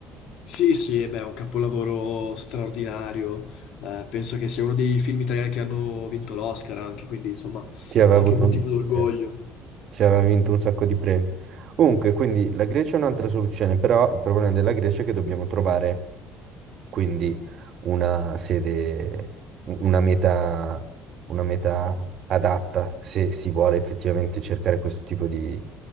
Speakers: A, on the left; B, on the right.
A: Sì, sì, e beh, è un capolavoro straordinario. Eh, penso che sia uno dei film italiani che hanno vinto l'Oscar anche, quindi insomma,
B: Ti aveva
A: anche
B: avuto
A: un motivo
B: un...
A: d'orgoglio.
B: sì. Cioè, aveva vinto un sacco di premi. Comunque, quindi la Grecia è un'altra soluzione, però il problema della Grecia è che dobbiamo trovare quindi una sede, una meta, una meta adatta se si vuole effettivamente cercare questo tipo di,